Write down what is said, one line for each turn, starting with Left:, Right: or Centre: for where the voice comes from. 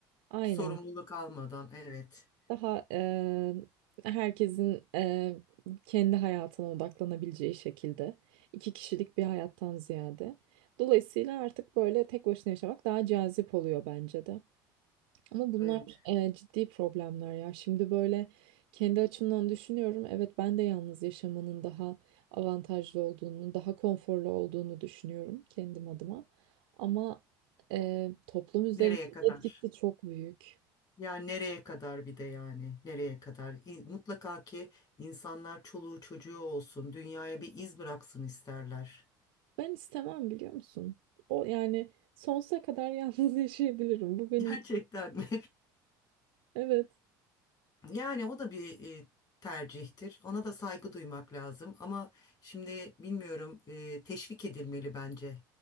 Right: Aynen.
Left: sorumluluk almadan, evet,
Right: daha eee, herkesin eee, kendi hayatına odaklanabileceği şekilde iki kişilik bir hayattan ziyade. Dolayısıyla artık böyle tek başına yaşamak daha cazip oluyor bence de. Ama bunlar
Left: evet.
Right: eee, ciddi problemler ya. Şimdi böyle kendi açımdan düşünüyorum. Evet ben de yalnız yaşamanın daha avantajlı olduğunu, daha konforlu olduğunu düşünüyorum kendim adıma. Ama eee, toplum üzerindeki
Left: Nereye kadar?
Right: etkisi çok büyük.
Left: Ya nereye kadar bir de yani nereye kadar İ- mutlaka ki insanlar çoluğu çocuğu olsun dünyaya bir iz bıraksın isterler.
Right: Ben istemem biliyor musun? O yani sonsuza kadar yalnız <laughs> yaşayabilirim. Bu benim
Left: <laughs> Gerçekten mi?
Right: evet.
Left: Yani o da bir e, tercihtir. Ona da saygı duymak lazım ama şimdi bilmiyorum e, teşvik edilmeli bence.